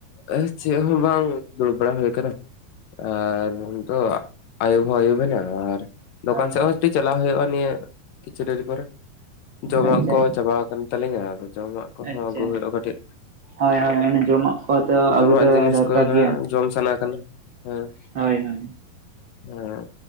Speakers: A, on the left; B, on the right.
A: ᱮ ᱪᱮᱫ ᱦᱚᱸ ᱵᱟᱝ ᱫᱩᱲᱩᱵ ᱵᱟᱲᱟ ᱦᱩᱭ ᱠᱟᱱᱟ᱾ ᱟᱨ ᱱᱤᱛ ᱫᱚ ᱟᱭᱩᱵ ᱦᱚᱸ ᱟᱭᱩᱵ ᱵᱮᱱᱟ ᱟᱨ ᱫᱚᱠᱟᱱ
B: ᱦᱳᱭ
A: ᱥᱮᱫ
B: ᱦᱳᱭ
A: ᱦᱚᱸ ᱴᱤᱡ ᱪᱟᱞᱟᱣ ᱦᱩᱭᱩᱜᱼᱟ ᱱᱤᱭᱟᱹ ᱠᱤᱪᱷᱩ ᱰᱮᱨᱤ ᱯᱚᱨᱮ, ᱡᱚᱢᱟᱜ
B: ᱟᱪᱪᱷᱟ
A: ᱠᱚ ᱪᱟᱵᱟ ᱠᱟᱱ ᱛᱟᱞᱤᱧᱟ ᱟᱫᱚ ᱡᱚᱢᱟᱜ ᱠᱚᱦᱚᱸ
B: ᱟᱪᱪᱷᱟ,
A: ᱟᱹᱜᱩ ᱦᱩᱭᱩᱜᱼᱟ ᱠᱟᱹᱴᱤᱡ
B: ᱦᱳᱭ ᱦᱳᱭ ᱤᱱᱟᱹ ᱡᱚᱢᱟᱜ᱾ ᱠᱚ ᱛᱚ
A: ᱡᱚᱢᱟᱜ
B: ᱟᱵᱚ ᱫᱚ
A: ᱡᱤᱱᱤᱥ
B: ᱫᱚᱨᱠᱟᱨ
A: ᱠᱚᱜᱮ ᱱᱟᱜ
B: ᱜᱮᱭᱟ
A: ᱡᱚᱢ ᱥᱟᱱᱟ ᱠᱟᱱᱟ, ᱦᱮᱸ᱾
B: ᱦᱳᱭ ᱦᱳᱭ᱾
A: ᱮᱸ